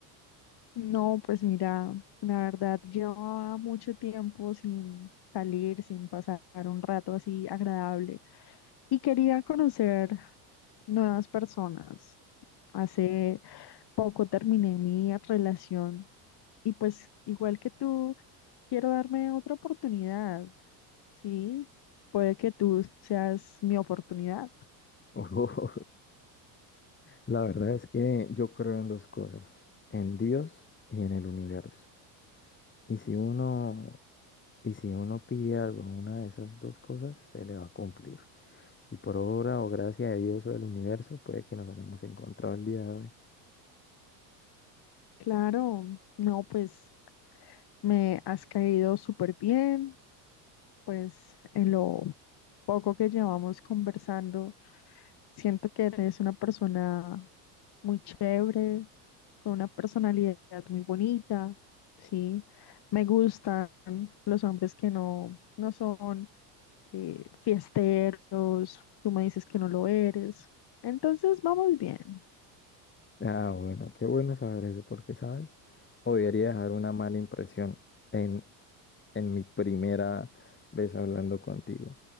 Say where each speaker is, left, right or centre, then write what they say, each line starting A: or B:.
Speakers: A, on the left; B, on the left.
A: No, pues mira, la verdad llevaba mucho tiempo sin salir, sin pasar un rato así agradable y quería conocer nuevas personas. Hace poco terminé mi relación y pues igual que tú, quiero darme otra oportunidad, ¿sí? Puede que tú seas mi oportunidad.
B: Uy, <laughs> La verdad es que yo creo en dos cosas, en Dios y en el universo. Y si uno, y si uno pide algo en una de esas dos cosas, se le va a cumplir. Y por obra o gracia de Dios o del universo, puede que nos hayamos encontrado el día de hoy.
A: Claro, no, pues me has caído súper bien. Pues en lo poco que llevamos conversando, siento que eres una persona muy chévere, con una personalidad muy bonita, ¿sí? Me gustan los hombres que no, no son eh, fiesteros, tú me dices que no lo eres. Entonces vamos bien.
B: Ah, bueno, qué bueno saber eso, porque, ¿sabes? Odiaría dejar una mala impresión en en mi primera vez hablando contigo.